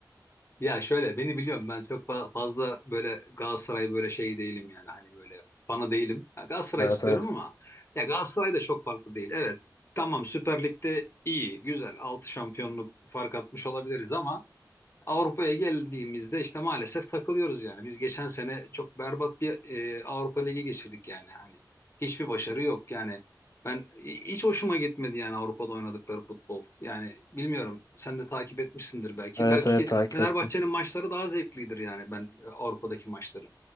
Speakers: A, on the left; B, on the left.
A: Ya şöyle beni biliyorum ben çok fa- fazla böyle Galatasaray böyle şey değilim yani hani böyle fanı değilim. Ya Galatasaray
B: Evet
A: tutuyorum
B: evet.
A: ama ya Galatasaray da çok farklı değil. Evet tamam Süper Lig'de iyi, güzel 6 şampiyonluk fark atmış olabiliriz ama Avrupa'ya geldiğimizde işte maalesef takılıyoruz yani. Biz geçen sene çok berbat bir e, Avrupa Ligi geçirdik yani hani. Hiçbir başarı yok yani. Ben hiç hoşuma gitmedi yani Avrupa'da oynadıkları futbol. Yani bilmiyorum sen de takip etmişsindir belki.
B: Evet
A: Belki
B: evet takip
A: Fenerbahçe'nin
B: ettim.
A: maçları daha zevklidir yani ben e, Avrupa'daki maçları.